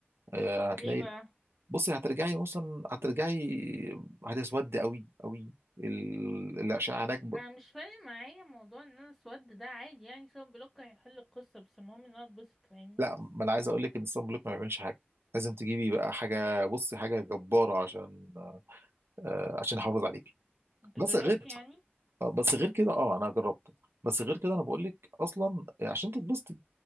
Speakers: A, on the right; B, in the centre.
A: آه، هتلاقي
B: ليه بقى
A: بصي هترجعي مثلا هترجعي هتسودي قوي قوي ال- الاشعه هناك
B: انا مش فارق معايا موضوع ان انا اسود ده عادي يعني سواء بلوك هيحل القصة بس المهم ان انا اتبسط فاهمني
A: لا ما انا عايز اقول لك ان الصن بلوك ما بيعملش حاجه لازم تجيبي بقى حاجه بصي حاجه جباره عشان آه عشان يحافظ عليكي
B: انت
A: بس
B: جربت
A: غير
B: يعني
A: آه، بس غير كده اه انا جربت بس غير كده انا بقول لك اصلا آه، عشان تتبسطي